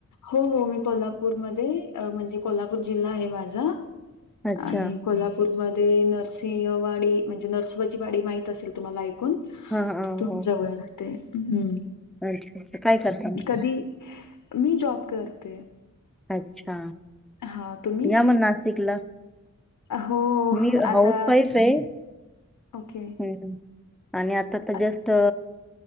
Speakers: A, on the left; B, in the centre.
A: हो हो मी कोल्हापूरमध्ये म्हणजे कोल्हापूर जिल्हा आहे माझा
B: अच्छा.
A: आणि कोल्हापूरमध्ये नरसिंहवाडी म्हणजे नरसोबाची वाडी माहित असेल तुम्हाला ऐकून
B: हां, हां.
A: तिथून
B: हो.
A: जवळ राहते हम्म
B: अच्छा काय करता मग?
A: कधी मी जॉब करते
B: अच्छा
A: हां, तुम्ही?
B: या मग नाशिकला
A: हो.
B: मी
A: आता
B: हाऊस वाईफ आहे
A: ओके.
B: हम् आणि आता तर
A: आत
B: जस्ट अ